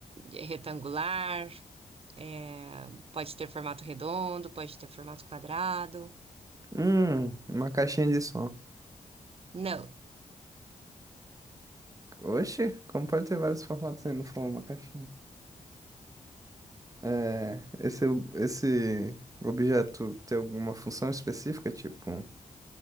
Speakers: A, on the right; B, on the right.
A: retangular, É, pode ter formato redondo, pode ter formato quadrado.
B: Hum, uma caixinha de som.
A: Não.
B: Oxe, como pode ter vários formatos se não for uma caixinha? É, esse, esse objeto tem alguma função específica, tipo. um